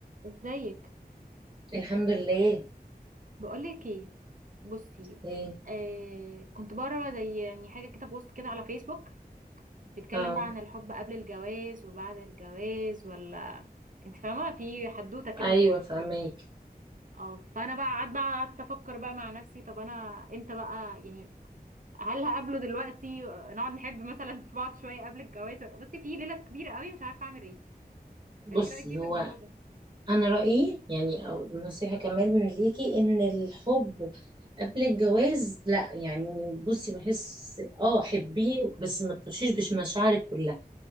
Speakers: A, on the right; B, on the right.
A: ازيك
B: الحمد لله
A: بقولك ايه بصي
B: ايه
A: آه كنت بقرا زي يعني حاجه كده بوست كده على فيسبوك بيتكلم
B: اه
A: بقى عن الحب قبل الجواز وبعد الجواز ولا انت فاهمه في حدوته كده
B: ايوه
A: طويلة
B: فهماك
A: أوي. اه فانا بقى قعدت بقى قعدت افكر بقى مع نفسي طب انا امتى بقى يعني هل هقابله دلوقتي آه، نقعد نحب مثلا في بعض شويه قبل الجواز ولا- بصي في ليله كبيره قوي مش عارفه اعمل ايه
B: بصي
A: فانت رايك ايه في
B: هو
A: الموضوع ده
B: انا رايي يعني او نصيحه كمان من ليكي ان الحب قبل الجواز لا يعني بصي بحس اه حبيه بس ما تخشيش بش مشاعرك كلها